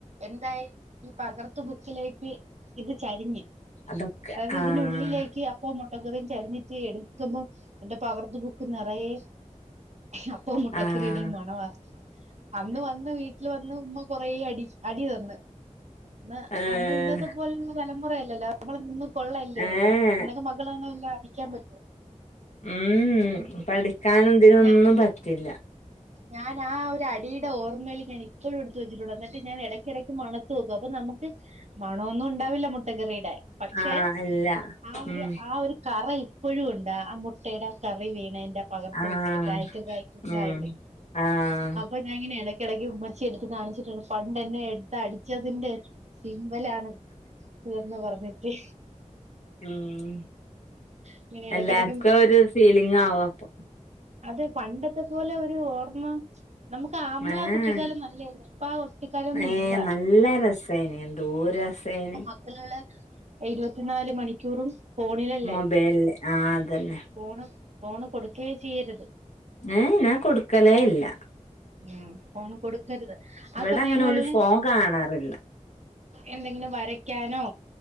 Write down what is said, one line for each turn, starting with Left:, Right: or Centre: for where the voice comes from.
Right: എന്തായി? ഈ പകർത്ത് ബുക്കിലേക്ക് ഇത് ചരിഞ്ഞ്
Left: അതൊക്കെ
Right: അതായത്
Left: ആഹ്
Right: ഇതിനുള്ളിലേക്ക് അപ്പവും മു ട്ടക്കറിം ചരിഞ്ഞിട്ട് എടുക്കുമ്പോ എന്റെ പകർത്ത് ബുക്ക് നിറയെ അപ്പവും മുട്ടക്കറിയുടെയും
Left: ആഹ്
Right: മണവാ. അന്ന് വന്ന് വീട്ടിൽ വന്ന് ഉമ്മ കുറെ അടി അടി തന്ന്. ന്ന്
Left: ഏഹ്
Right: അന്ന് ഇന്നത്തെ പോലേള്ള തലമുറയല്ലല്ലോ. നമ്മള് നിന്ന് കൊള്ളല്ലേ
Left: ഏഹ്
Right: ഉള്ളൂ. ഇന്നൊക്കെ മക്കളെ അങ്ങനെല്ലാം അടിക്കാൻ പറ്റോ?
Left: ഊം ഉം ഇപ്പടിക്കാനും ഇതിനൊന്നും
Right: ഞ
Left: പറ്റില്ല.
Right: ഞാൻ ആ ഒരു അടിയുടെ ഓർമ്മേല് ഞാൻ ഇപ്പഴും എടുത്ത് വച്ചിട്ടുണ്ട്. എന്നിട്ട് ഞാൻ എടക്കെടയ്ക്ക് മണത്തു നോക്കു അപ്പോ നമ്മക്ക് മണൊന്നും ഉണ്ടാവില്ല. മുട്ടകറിയുടെ. പക്ഷേ
Left: ആഹ് അല്ല
Right: ആ ഒരു
Left: ഉം
Right: ആ ഒരു കറ ഇപ്പഴും ഒണ്ട്. ട്ട ആ മുട്ടയുടെ ആ കറി വീണേൻ ന്റെ പകർത്ത്
Left: ആഹ്
Right: ബുക്കില്. കായിക്ക ഗായിക്ക ങ്ങ
Left: ഉം
Right: ഇല്ലേ?
Left: ആഹ്
Right: അപ്പ ഞാനിങ്ങനെ എട ക്കെടയ്ക്ക് ഉമ്മച്ചിയെ എടുത്ത് കാണിച്ചിട്ട് പണ്ട് എന്നെ എടുത്ത് അടിച്ചതിന്റെ സിമ്പലാണ് ഇതന്ന് പറഞ്ഞിട്ട്
Left: ഉം
Right: ഇങ്ങനെ ഇടക്കിടക്ക്
Left: എല്ലാർക്കും ഒരു ഫീലിംഗ് ആവും അപ്പൊ
Right: അതെ പണ്ടത്തെ പോലെ ഒരു ഓർമ്മ നമുക്ക് ആമ്മള
Left: ഏഹ്
Right: കുട്ടിക്കാലം നല്ലയായിരുന്നു ഇപ്പ ആ കുട്ടിക്കാലൊന്നും
Left: ഏഹ്
Right: ഇല്ല
Left: നല്ല രസേന് എന്തോര് രസേന്
Right: ഇപ്പ മക്കള് ഇരുപത്തിനാല് മണിക്കൂറും ഫോണിലല്ലേ
Left: മൊബൈലില് ആഹ് അതന്നെ
Right: ഫോണ് ഫോണ് കൊടുക്കയേ ചെയ്യരുത്
Left: ഏ ഞാൻ കൊടുക്കലേ
Right: ഫോണ്
Left: ഇല്ല
Right: കൊടുക്ക ഉം ഫോണ് കൊടുക്കരുത് ആ
Left: ഇവിടെ
Right: സമയങ്ങളില്
Left: അങ്ങനെ ഓല് ഫോൺ കാണാറില്ല
Right: എന്തെങ്കിലും വരയ്ക്കാനോ